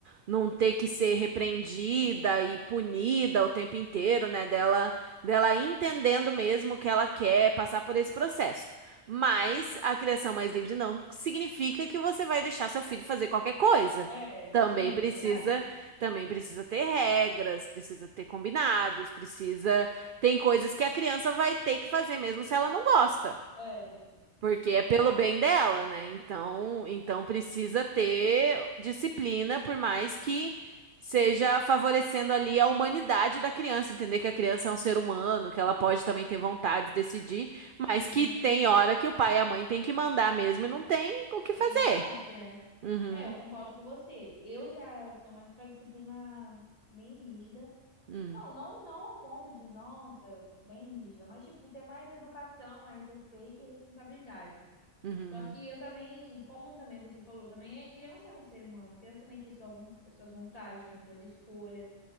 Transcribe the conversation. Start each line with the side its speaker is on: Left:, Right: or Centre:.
Right: não ter que ser repreendida e punida o tempo inteiro, né? Dela, dela ir entendendo mesmo o que ela quer, passar por esse processo. Mas a criação mais livre não significa que você vai deixar seu filho fazer qualquer coisa.
Left: É,
Right: Também
Left: sim,
Right: precisa,
Left: verdade.
Right: também precisa ter regras, precisa ter combinados, precisa, tem coisas que a criança vai ter que fazer mesmo se ela não gosta.
Left: É, isso
Right: Porque é
Left: é verdade.
Right: pelo bem dela, né? Então, então precisa ter disciplina, por mais que seja favorecendo ali a humanidade da criança, entender que a criança é um ser humano, que ela pode também ter vontade de decidir, mas
Left: Sim.
Right: que tem hora que o pai e a mãe têm que mandar mesmo e não tem o que
Left: E
Right: fazer.
Left: pronto, né?
Right: Uhum,
Left: É, eu concordo com você. Eu já sou mais pra disciplina bem rígida.
Right: uhum,
Left: Não, não, não ao ponto de, nossa, bem rígida, mas tipo, ter mais educação, mais respeito e responsabilidade.
Right: uhum, hum.
Left: Só que eu também, como também você falou, também é, criança é um ser humano, criança também tem sua von- suas vontades, tem suas escolhas,